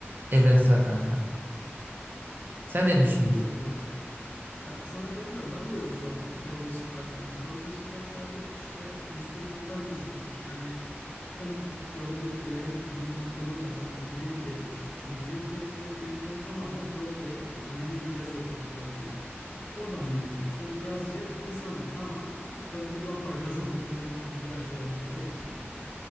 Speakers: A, on the right; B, on the left.
A: Evrensel kanka. Sen ne düşünüyorsun?
B: Katılıyorum abi ya. Ya sana katılıyorum. Ben de o yüzden zaten progresif rock dinledim. Progresif rock daha çok işte enstrümantal müziktir. Yani en örne en bilindik grubu mesela bunun Dream Theater. Şimdi Dream Theater'daki üyelerin tamamı Berkeley yani dünyanın en iyi caz okuludur Berkeley. Oradan mezun. Sonuçta cazcı insanlar ama e, tabii buradan para <laughs> kazandıkları için, buradan şey oldukları için